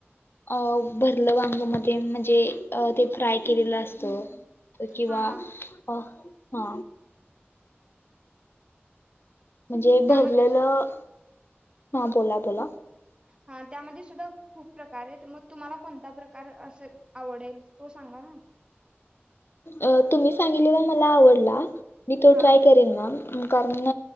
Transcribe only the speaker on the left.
अ भरलं वांगमध्ये म्हणज जे ते फ्राय केलेलं असत किंवा
अ हा म्हणजे
भरलेलं
हा बोला बोला
अ तुम्ही सांगलेला मला आवडला मी तो
ट्राय करेन हां कारण